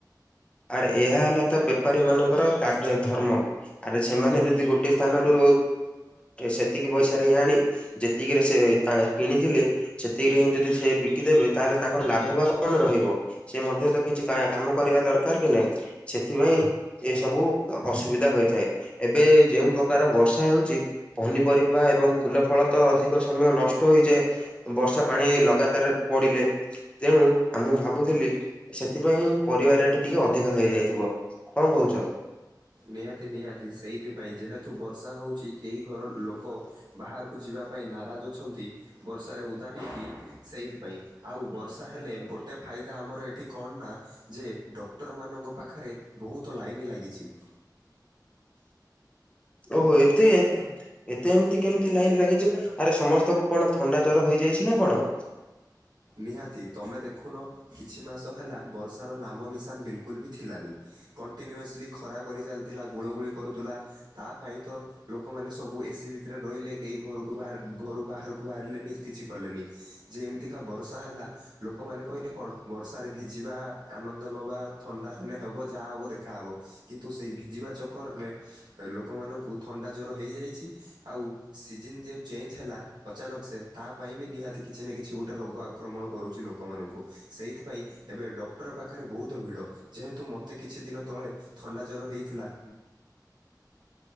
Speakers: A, on the left; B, on the right.
A: ଆର୍ ଏହା ହେଲା ତ ବେପାରୀ ମାନଙ୍କର କାର୍ଯ୍ୟ ଧର୍ମ। ଆରେ ସେମାନେ ଯଦି ଗୋଟେ ସ୍ଥାନରୁ ସେତିକି ପଇସା ରେ ଆଣି ଯେତିକିରେ ସେ ତା କିଣିଥିଲେ। ସେତିକିରେ ହିଁ ଯଦି ସେ ବିକିଦେବେ ତାହେଲେ ତାଙ୍କର ଲାଭବା କଣ ରହିବ। ସେ ମଧ୍ୟ ତ କିଛି କାମ କରିବା ଦରକାର କି ନହିଁ। ସେଥିପାଇଁ ଏସବୁ ଅସୁବିଧା ହୋଇଥାଏ ଏବେ ଯୋଉ ପ୍ରକାର ବର୍ଷା ହଉଚି। ପନିପରିବା ଏବଂ ଫୁଲ ଫଳ ତ ଅଧିକ ସମୟ ନଷ୍ଟ ହୋଇଯାଏ। ବର୍ଷା ପାଣି ଲଗାତାର ପଡିଲେ ତେଣୁ ମୁଁ ଭାବୁଥିଲି ସେଥିପାଇଁ ପରିବାରେ ଟିକେ ଅଧିକ ହେଇଯାଇଥିବ କଣ କହୁଛ?
B: ନିହାତି ନିହାତି ସେଇଥିପାଇଁ ଯେହେତୁ ବର୍ଷା ହୋଉଛି କେହି ଘର ଲୋକ ବାହାରକୁ ଯିବା ପାଇଁ ନାରାଜ ଅଛନ୍ତି ବର୍ଷା ରେ ଓଦା ହେଇକି ସେଇଥି ପାଇଁ ଆଉ ବର୍ ତାହେଲେ ଗୋଟେ ଫାଇଦା ଆମର ଏଠି କଣ ନା ଯେ ଡକ୍ଟରମାନଙ୍କ ପାଖରେ ବହୁତ ଲାଇନ୍ ଲାଗିଚି ‌।
A: ଓହୋ ଏତେ ଏତେ ଏମିତି କେମିତି ଲାଇନ୍ ଲାଗିଛି? ଆରେ ସମସ୍ତଙ୍କୁ କଣ ଥଣ୍ଡା ଜ୍ୱର ହୋଇଯାଇଛି ନା କଣ?
B: ନିହାତି ତମେ ଦେଖୁନ। କିଛି ମାସ ହେଲା ବର୍ଷାର ନାମ ନିଶାନ ବିଲ୍ କୁଲ୍ ବି ଥିଲାନି। କଣ୍ଟିନ୍ୟୁସ୍ଲି ଖରା କରିଚାଲ୍ ଥିଲା ଗୋଳ ଗୋଳି କରୁଥିଲା ତା ପାଇଁ ତ ଲୋକମାନେ ସବୁ ଏସି ବି ତିରେ ରହିଲେ କେହି ଘରକୁ ବାହାର ଘରୁ ବାହାରକୁ ବାହାରିଲେନି କିଛି କଲେନି। ଯେ ଏମିତିକା ବର୍ଷା ହେଲା ଲୋକମାନେ କହିଲେ କଣ ବର୍ଷାରେ ଭି ଜିବା ଆନନ୍ଦ ନବା ଥଣ୍ଡା ହେନେ ହେବ ଯାହା ହବ ଦେଖାହବ କିନ୍ତୁ ଏଇ ଭିଜିବା ଚକରରେ ଲୋକମାନଙ୍କୁ ଥଣ୍ଡା ଜ୍ଵର ହେଇଯାଇଚି। ଆଉ ସିଜନ୍ ଯୋଉ ଚେଞ୍ଜ ହେଲା ଅଚାନକ ସେ ତା ପାଇଁ ବି ନିହାତି କିଛି ନା କିଛି ଗୋଟେ ରୋଗ ଆକ୍ରମଣ କରୁଚି ଲୋକମାନଙ୍କୁ। ସେଇଥିପାଇଁ ଏବେ ଡକ୍ଟର ପାଖରେ ବହୁତ ଭିଡ ଯେହେ ତୁ ମୋତେ କିଛି ଦିନ ତଳେ ଥଣ୍ଡା ଜ୍ଵର ହେଇଥିଲା।